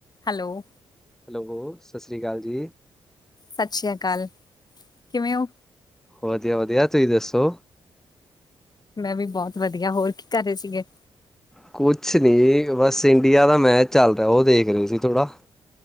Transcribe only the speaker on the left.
hello-
ਸਤਿ ਸ੍ਰੀ ਅਕਾਲ, ਕਿਵੇਂ ਓ?
ਮੈਂ ਵੀ ਬਹੁਤ ਵਧੀਆ, ਹੋਰ ਕੀ ਕਰ ਰਹੇ ਸੀਗੇ?